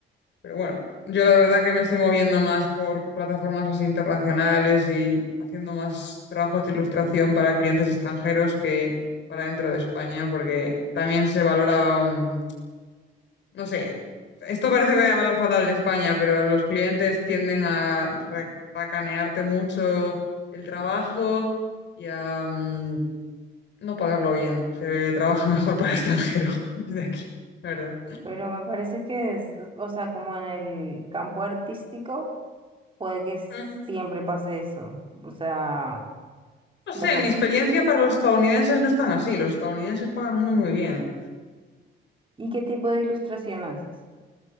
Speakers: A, on the left (about 65°); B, on the right (about 25°).
A: Pero bueno, yo la verdad que me estoy moviendo más por plataformas así internacionales y haciendo más trabajos de ilustración para clientes extranjeros que para dentro de España, porque también se valora mm, no sé, esto parece que voy a hablar fatal de España, pero los clientes tienden a ra- racanearte mucho el trabajo y a mm, no pagarlo bien. Se trabaja mejor para el extranjero <laughs> desde aquí, la verdad.
B: Pero me parece que es, es- o sea, como en el campo artístico, puede que siempre
A: Mm,
B: pase eso. O sea,
A: No
B: me
A: sé,
B: pa-
A: en mi experiencia para los estadounidenses no es tan así. Los estadounidenses pagan muy, muy bien.
B: ¿y qué tipo de ilustración haces?